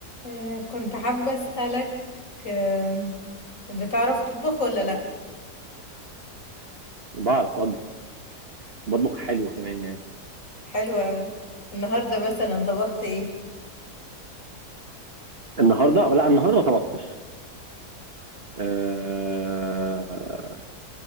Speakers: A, on the left (about 50°); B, on the right (about 40°).
A: آه، كنت حابة أسألك آه، بتعرف تطبخ ولا لأ
B: بعرف اطبخ بطبخ حلو كمان يعني
A: حلو أوي النهاردة مثلا طبخت ايه
B: النهارده لا النهارده ما طبختش أه...